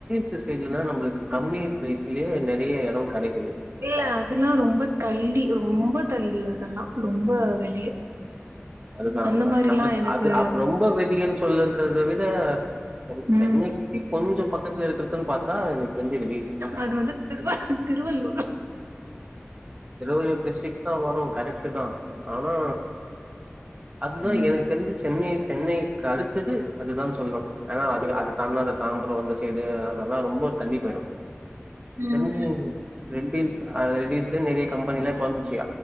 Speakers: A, on the right; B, on the right.
A: சிஸ் இங்கதா நம்ளுக்கு கம்மி ப்ரைஸ்லே நெறைய எடொ கெடைக்குது
B: இல்ல அதெல்லா ரொம்ப தள்ளி ரொம்ப தள்ளி அதெல்லா ரொம்ப வெளிய
A: அதுதா
B: அந்த
A: அதுதா
B: மாரிலா
A: நம்ளுக்கு
B: எனக்கு
A: அது அப்ப ரொம்ப வெளியேன்னு சொல்லன்றத விட செ
B: ம்
A: சென்னை க்கி கொஞ்சொ பக்கத்துல இருக்றதுன்னு பாத்தா எனக்கு தெரிஞ்சு ரெட் ஹில்ஸ் தா
B: அது வந்து திருவ திருவள்ளூர்
A: திருவள்ளூர் டிஸ்ட்ரிக்ட் தா வரு கரெக்ட் தா ஆனா அதுதா
B: ம்
A: எ தெரிஞ்சு சென்னை சென்னைக்கு அடுத்தது அதுதானு சொல்ல ஆத அது அத தாண்டா அந்த தாம்பரம் அந்த சைடு அதெல்லா ரொம்ப தள்ளி போயிடு இப்ப
B: ம்
A: என்ன செய்விங்க ரெட் ஹில்ஸ அ ரெட்ஹில்ஸ் நெறைய கம்பெனிலா இப்போ வந்துச்சி